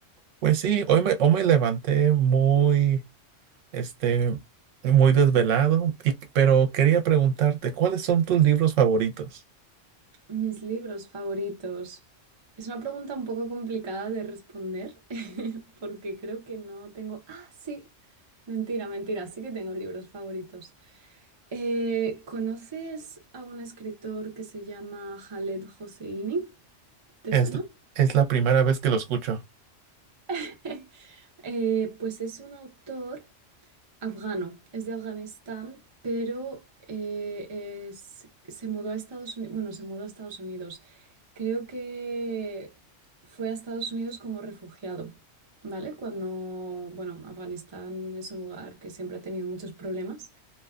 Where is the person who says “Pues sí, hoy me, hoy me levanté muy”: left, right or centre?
Right